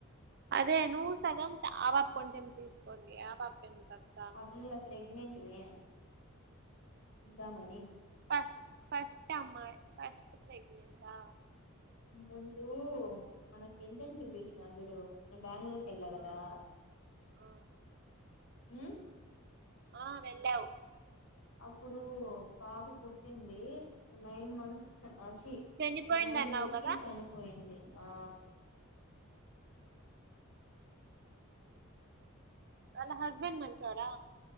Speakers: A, on the right (about 45°); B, on the left (about 75°).
A: అదే నువ్వు సగం ఆ పాప కొంచెం తీసుకోండి ఆ పాప కు ఎందుకు అక్క
B: ఆ పిల్ల ప్రెగ్నెంట్ మే ఇద్దామని
A: ఫ ఫస్ట్ అమ్మా ఫస్ట్ ప్రెగ్నెంటా
B: ముందు మన ఎంత శుభీష్ నాడు వీడు బెంగళూరుకి వెళ్ళా కదా
A: ఆ ఆ
B: అ
A: ఆ వెళ్లావు
B: అప్పుడు పాప పుట్టింది నైన్ మంత్స్ వచ్చి
A: చనిపోయిందన్నావు
B: ఒక నైన్ డేస్
A: కదా
B: కి చనిపోయింది ఆ
A: వాళ్ళ హస్బెండ్ మంచోడా